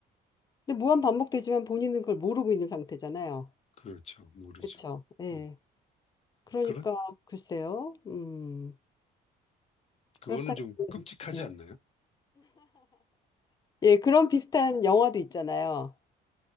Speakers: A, on the left; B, on the left.
A: 근데 무한 반복되지만 본인은 그걸 모르고 있는 상태잖아요.
B: 그렇죠. 모르죠.
A: 그렇죠. 예.
B: 음,
A: 그러니까
B: 그렇,
A: 글쎄요. 음.
B: 그거는
A: 그렇다면
B: 좀 끔찍하지
A: 네.
B: 않나요?
A: 예, 그런 비슷한 영화도 있잖아요.